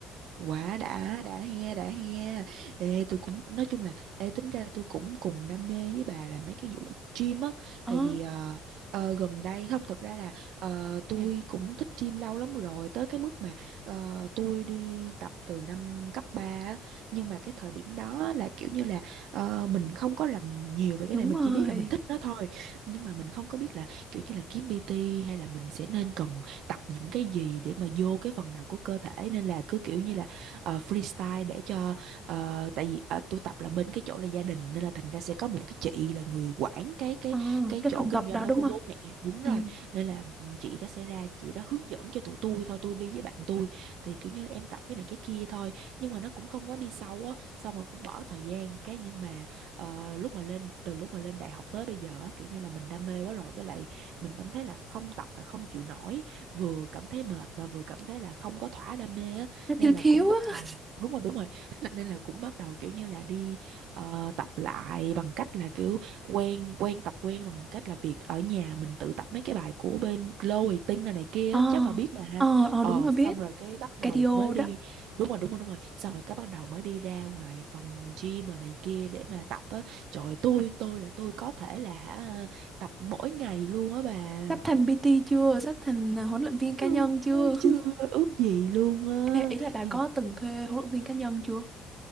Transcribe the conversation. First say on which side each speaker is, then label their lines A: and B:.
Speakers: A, on the right; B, on the right.
A: Quá đã, đã he, đã he. Ê, tôi cũng, nói chung là, ê, tính ra tôi cũng cùng đam mê với bà là mấy cái vụ gym á.
B: Ờ
A: Tại vì ờ, ờ, gần đây, không, thật ra là ờ, tôi cũng thích gym lâu lắm rồi. Tới cái mức mà ờ, tôi đi tập từ năm cấp 3 á. Nhưng mà cái thời điểm đó là kiểu như là ờ, mình không có rành nhiều về cái
B: đúng
A: này. Mình
B: rồi.
A: chỉ biết là mình thích nó thôi. Nhưng mà mình không có biết là kiểu như là kiếm PT hay là mình sẽ nên cần tập những cái gì để mà vô cái phần nào của cơ thể. Nên là cứ kiểu như là ờ, freestyle để cho ờ, tại vì ờ, tôi tập là bên cái chỗ là gia đình nên là thành ra sẽ có một cái chị là người quản cái cái
B: Ờ
A: cái
B: cái
A: chỗ
B: phòng
A: kinh
B: tập
A: doanh
B: đó
A: đó
B: đúng
A: của
B: không?
A: bố mẹ đúng
B: Ừ.
A: rồi nên là chị đó sẽ ra chị đó hướng dẫn cho tụi tôi thôi tôi đi với bạn tôi thì kiểu như là em tập cái này cái kia thôi nhưng mà nó cũng không quá đi sâu á xong rồi cũng bỏ thời gian cái nhưng mà ờ, lúc mà lên từ lúc mà lên đại học tới bây giờ á, kiểu như là mình đam mê quá rồi với lại mình cảm thấy là không tập là không chịu nổi vừa cảm thấy mệt mà vừa cảm thấy là không có thỏa đam mê á
B: Nó
A: nên
B: thiếu
A: là
B: thiếu
A: cũng bắt đầu
B: á.
A: đúng rồi đúng rồi <laughs> nên là cũng bắt đầu kiểu như là đi ờ, tập lại bằng cách là kiểu quen quen tập quen bằng cách là việc ở nhà mình tự tập mấy cái bài của bên Chloe Ting này này kia
B: Ờ,
A: á, chắc bà biết mà ha
B: ờ, ờ
A: ờ
B: đúng rồi
A: xong
B: biết
A: rồi cái bắt đầu
B: cardio
A: mới đi
B: đó
A: đúng rồi đúng rồi đúng rồi xong rồi cái bắt đầu mới đi ra ngoài phòng gym rồi này kia để mà tập á trời ơi, tôi tôi là tôi có thể là hả tập mỗi ngày luôn á bà
B: sắp thành PT chưa sắp thành ờ, huấn luyện viên
A: chưa
B: cá nhân chưa <laughs>
A: chưa ước gì luôn á
B: Ê, ý là bà
A: nhưng
B: có
A: mà
B: từng thuê huấn luyện viên cá nhân chưa